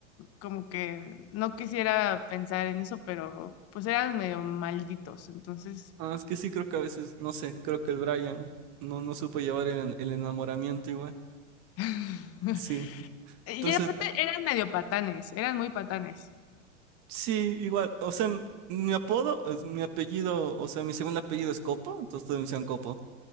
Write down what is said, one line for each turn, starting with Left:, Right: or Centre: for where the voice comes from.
Left: como que no quisiera pensar en eso, pero pues eran medio malditos, entonces...
Right: Ah, es que sí, creo que a veces, no sé, creo que el Brian no, no supo llevar el, el enamoramiento igual.
Left: <laughs>
Right: Sí.
Left: Y
Right: Entonces,
Left: aparte eran medio patanes, eran muy patanes.
Right: sí, igual. O sea, m- mi apodo, es- mi apellido, o sea, mi segundo apellido es Copo, entonces todos me decían Copo.